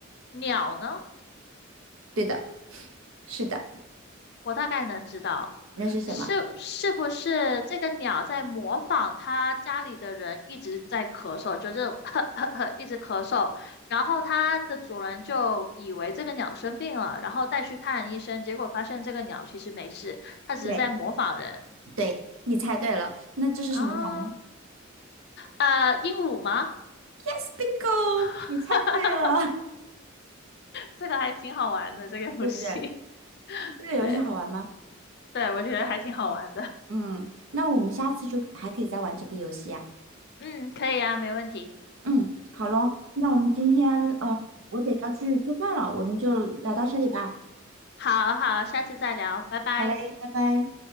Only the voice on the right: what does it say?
对的，是的，
那是什么？
对对，你猜对了，那这是什么鸟呢
？Yes, bingo，
你猜对了，
<laughs>
对不对？
这个游戏好玩吗？
嗯，那我们下次就还可以再玩这个游戏啊。
嗯，好喽，那我们今天呃，我得要去做饭了，我们就聊到这里吧。
好嘞，拜拜。